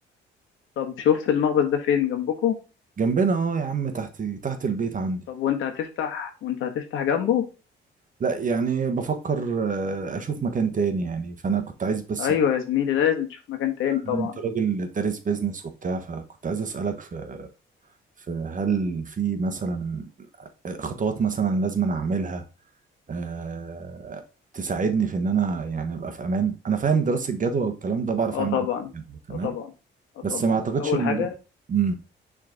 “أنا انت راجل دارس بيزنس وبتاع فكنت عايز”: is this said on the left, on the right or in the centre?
Right